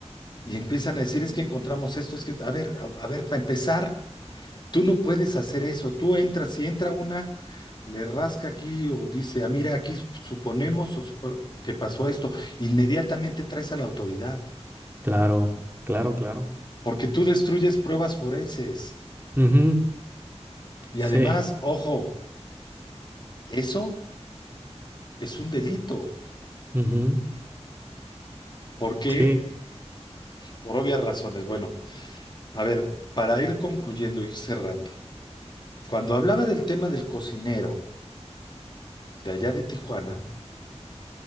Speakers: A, on the left (about 40°); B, on the right (about 20°).
A: y empiezan a decir es que encontramos esto, es que, a ver, a, a ver, para empezar, tú no puedes hacer eso, tú entras, si entra una, le rasca aquí o dice, ah, mira, aquí suponemos o supo- que pasó esto, inmediatamente traes a la autoridad,
B: Claro, claro, claro.
A: porque tú destruyes pruebas forenses.
B: Ujú,
A: Y
B: Sí.
A: además, ojo, eso es un delito.
B: ujú,
A: ¿Por qué?
B: Sí.
A: Por obvias razones. Bueno, a ver, para ir concluyendo, ir cerrando. Cuando hablaba del tema del cocinero de allá de Tijuana,